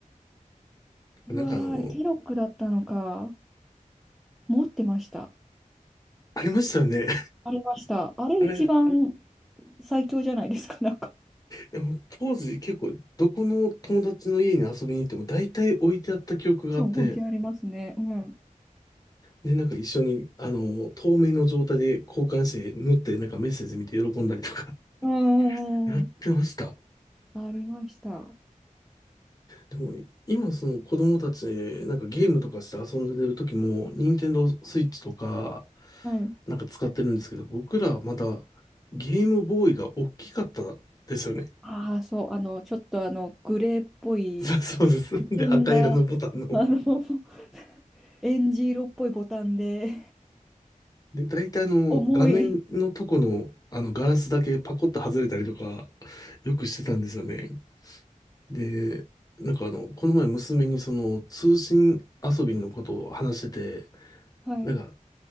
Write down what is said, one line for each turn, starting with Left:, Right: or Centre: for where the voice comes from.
Left: なんかあの、
Centre: う。うわー、あれ、ケロッグだったのか。持ってました。
Left: ありましたよね。
Centre: ありました。あれ、
Left: あれ、
Centre: 一番最強じゃないですか、なんか。
Left: でも当時結構どこの友達の家に遊びに行っても大体置いてあった記憶があって、
Centre: そう、置いてありますね。うん。
Left: で、なんか一緒に、あの、透明の状態で交換して縫ってなんかメッセージ見て喜んだりとか
Centre: うんうんうんうん。
Left: <laughs> やってました。
Centre: ありました。
Left: でも今その子供たちなんかゲームとかして遊んでる時も、任天堂スイッチとか
Centre: はい。
Left: なんか使ってるんですけど、僕らまだゲームボーイが大きかったですよね。
Centre: ああ、そう、あの、ちょっとあの、グレーっぽい、
Left: <laughs> そうです。
Centre: くすんだ、
Left: で、赤色のボタンの。
Centre: あの、<laughs> エンジ色っぽいボタンで、
Left: で、大体あの、
Centre: 重い。
Left: 画面のとこの、あの、ガラスだけパコッと外れたりとか、よくしてたんですよね。で、なんかあの、この前娘にその、通信遊びのことを話してて、
Centre: はい。
Left: なんか、